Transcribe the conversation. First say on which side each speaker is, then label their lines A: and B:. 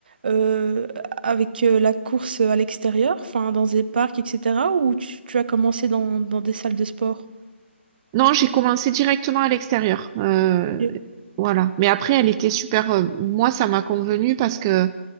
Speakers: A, on the right; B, on the right.
A: euh, avec euh, la course à l'extérieur, enfin dans des parcs, etc. Ou tu, tu as commencé dans, dans des salles de sport?
B: Non, j'ai commencé directement à l'extérieur. Euh,
A: Ok,
B: voilà. Mais après, elle était super. euh, moi, ça m'a convenu parce que